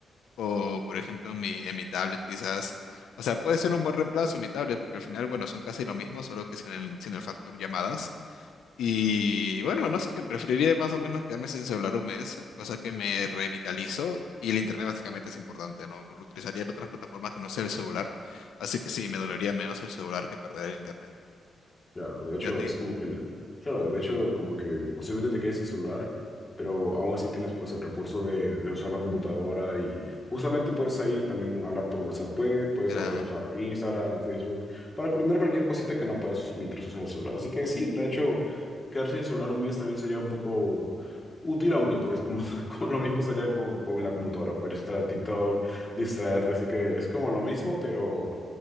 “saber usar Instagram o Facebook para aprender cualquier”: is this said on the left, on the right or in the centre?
Left